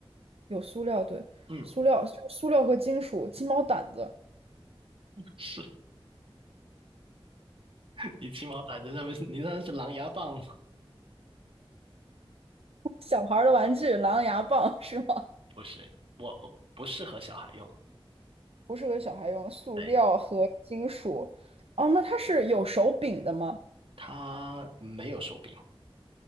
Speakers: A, on the right (about 80°); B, on the right (about 65°).
A: 有塑料，对，
B: 嗯，
A: 塑料就是塑料和金属，鸡毛掸子，
B: 是 <laughs> 你鸡毛掸子上面是你那是狼牙棒，
A: 小孩儿的玩具，狼牙棒 <laughs> 是吗？
B: 不是，我不适合小孩用。
A: 不适合小孩用，塑料和金属。
B: 对，
A: 哦，那它是有手柄的吗？
B: 它没有手柄，